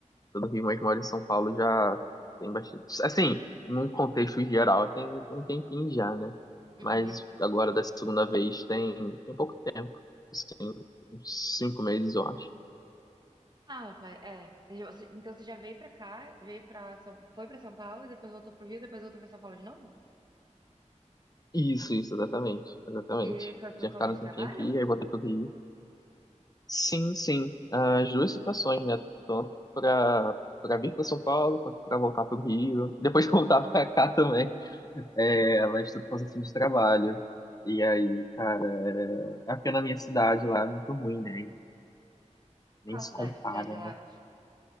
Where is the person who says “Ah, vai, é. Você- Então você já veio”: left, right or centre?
Right